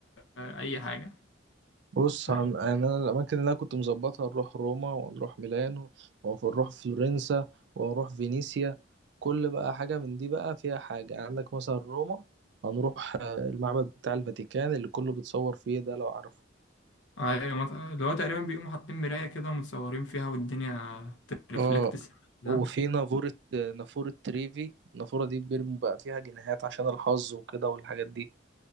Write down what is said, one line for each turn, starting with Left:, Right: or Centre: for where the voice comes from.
Left: آه، اي حاجة
Right: بص
Left: فاهم؟
Right: هن- يعني انا الاماكن اللي انا كنت مظبطها نروح روما ونروح ميلانو ونروح فلورنسا ونروح فينيسيا كل بقى حاجه من دي بقى فيها حاجه يعني عندك مثلا روما هنروح آه، المعبد بتاع الفاتيكان اللي كله بيتصور فيه ده لو عارفه
Left: ايوه مط- اللي هو تقريبا بيقوموا حاطين مراية كده متصورين فيها والدنيا ترفلكت
Right: اه
Left: السما ده
Right: وفي نافورة آه، نافورة تريفي النافورة دي بيرموا بقى فيها جنيهات عشان الحظ وكده والحاجات دي